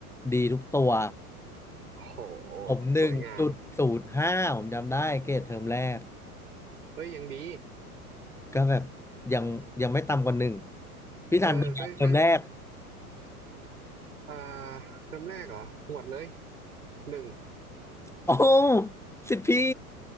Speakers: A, in the centre; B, on the right.
A: ดีทุกตัว
B: โอ้โห
A: ผมหนึ่งจุดศูนย์ห้าผมจำได้เกรดเทอมแรก
B: สวยงามเฮ้ยยังดี
A: ก็แบบยังยังไม่ต่ำกว่าหนึ่งพี่ธันเป็นไงเทอมแรก
B: เออก็ก็อ่าเทอมแรกเหรอหวดเลยหนึ่ง
A: โอ้สิทธิ์พี่